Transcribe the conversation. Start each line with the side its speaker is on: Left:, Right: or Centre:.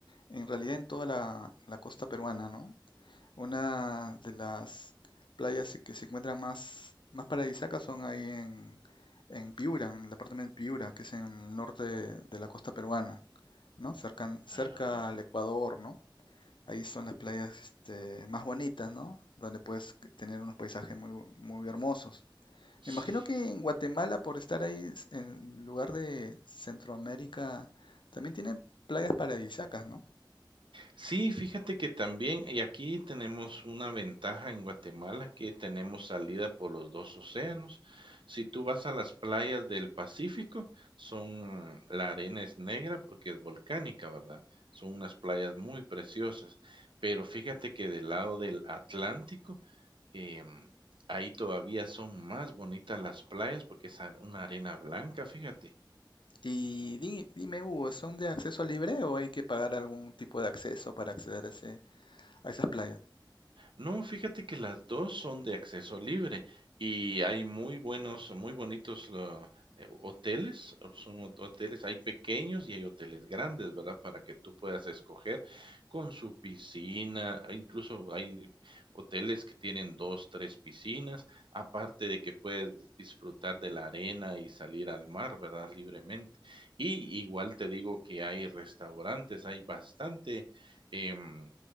Left: En realidad en toda la, la costa peruana, ¿no? Una de las playas que se encuentran más, más paradisíacas son ahí en, en Piura, en el departamento de Piura, que es en el norte de, de la costa peruana, ¿no? Cerca, cerca
Right: Ah,
Left: al Ecuador, ¿no? Ahí son las playas este, más bonitas, ¿no? Donde puedes tener unos paisajes muy, muy hermosos.
Right: sí.
Left: Me imagino que en Guatemala, por estar ahí en lugar de Centroamérica, también tienen playas paradisíacas, ¿no?
Right: Sí, fíjate que también, y aquí tenemos una ventaja en Guatemala, que tenemos salida por los 2 océanos. Si tú vas a las playas del Pacífico, son la arena es negra porque es volcánica, ¿verdad? Son unas playas muy preciosas, pero fíjate que del lado del Atlántico, em, ahí todavía son más bonitas las playas porque es a- una arena blanca, fíjate.
Left: Y di- dime, Hugo, ¿son de acceso libre o hay que pagar algún tipo de acceso para acceder a, ese- a esas playas?
Right: No, fíjate que las 2 son de acceso libre y hay muy buenos, muy bonitos, ah, eh, hoteles, o son ho hoteles, hay pequeños y hay hoteles grandes, ¿verdad? Para que tú puedas escoger con su piscina, e incluso hay hoteles que tienen 2, 3 piscinas, aparte de que puedes disfrutar de la arena y salir al mar, ¿verdad? Libremente. Y igual te digo que hay restaurantes, hay bastante, em,